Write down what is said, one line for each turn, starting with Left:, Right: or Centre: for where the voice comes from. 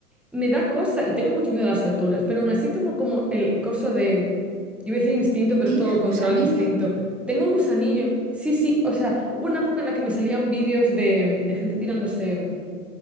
Centre: me da cosa y tengo mucho miedo a las alturas, pero aún así tengo como el coso de, iba a decir instinto, pero
Right: Sí,
Centre: es todo
Right: el
Centre: lo contrario
Right: gusanillo.
Centre: al instinto. Tengo el gusanillo, sí, sí, o sea, hubo una época en la que me salían vídeos de, de gente tirándose